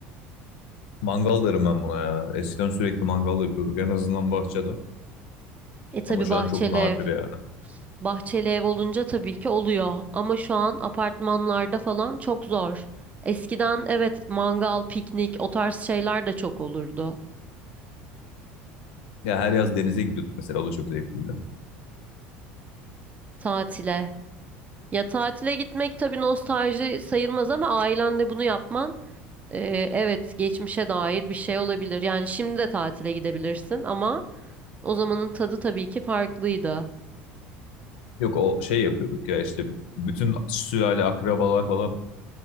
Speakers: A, on the left; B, on the right.
A: Mangal derim ben buna ya. Eskiden sürekli mangal yapıyorduk en azından bahçede.
B: E tabii
A: Ama şu
B: bahçeli
A: an çok nadir
B: ev.
A: yani.
B: Bahçeli ev olunca tabii ki oluyor. Ama şu an apartmanlarda falan çok zor. Eskiden evet mangal, piknik o tarz şeyler de çok olurdu.
A: Ya her yaz denize gidiyorduk mesela o da çok zevkliydi.
B: Tatile. Ya tatile gitmek tabii nostalji sayılmaz ama ailenle bunu yapman e, evet geçmişe dair bir şey olabilir. Yani şimdi de tatile gidebilirsin ama o zamanın tadı tabii ki farklıydı.
A: Yok o şey yapıyorduk ya işte bütün sülale akrabalar falan